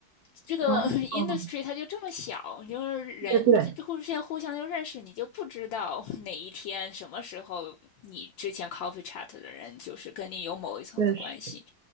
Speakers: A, on the left (about 75°); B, on the right (about 80°).
A: 这个
B: 哦，
A: <laughs>
B: 哦，
A: industry 它就这么小，就是人互相互相就认识，
B: 对对，
A: 你就不知道 <laughs> 哪一天什么时候你之前 coffee chat 的人就是跟你有某一层的关系。
B: 对是，